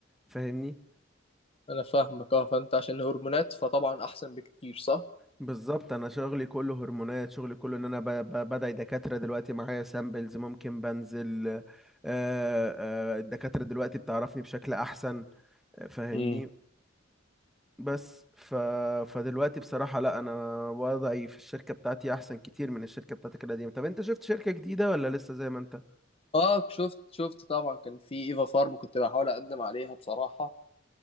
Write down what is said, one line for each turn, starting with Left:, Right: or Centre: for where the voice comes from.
Centre: فاهمني
Left: أنا فاهمك أه فأنت عشان هرمونات فطبعا أحسن بكتير صح؟
Centre: بالظبط انا شغلي كله هرمونات شغلي كله ان انا ب- ب- بدعي دكاتره دلوقتي معايا سامبلز ممكن بنزل آه، آه، الدكاتره دلوقتي بتعرفني بشكل احسن آه، فاهمني
Left: امم
Centre: بس ف... فدلوقتي بصراحه لا انا وضعي في الشركه بتاعتي احسن كتير من الشركه بتاعتك القديمه طب انت شفت شركه جديده ولا لسه زي ما انت
Left: اه شفت شفت طبعا كان في ايفا فارم كنت بحاول اقدم عليها بصراحه